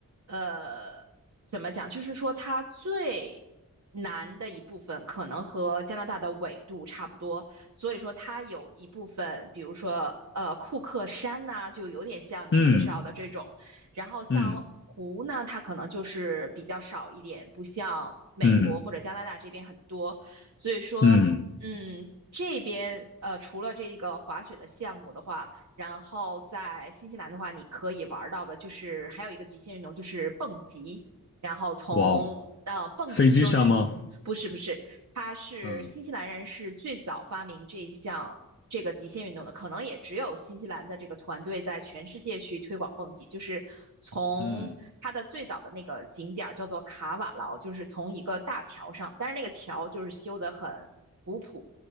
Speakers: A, on the right (about 55°); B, on the left (about 35°).
A: 呃，怎么讲，就是说它最难的一部分可能和加拿大的纬度差不多，所以说它有一部分，比如说呃库克山呐、就有点像你介绍的这种，
B: 嗯
A: 然后像湖呢，
B: 嗯。
A: 它可能就是比较少一点，不像美国或者加拿大这边很多，
B: 嗯
A: 所以说，
B: 嗯，
A: 嗯，这边呃除了这个滑雪的项目的话。然后在新西兰的话，你可以玩到的就是还有一个极限运动就是蹦极，然后从呃蹦极就是不是不是，
B: 哇哦，飞机上吗？
A: 它是新西兰人是最早发明这项这个极限运动的，
B: 嗯
A: 可能也只有新西兰的这个团队在全世界去推广蹦极，就是从它的最早的那个景点儿叫做卡瓦劳，
B: 嗯
A: 就是从一个大桥上，但是那个桥就是修得很古朴。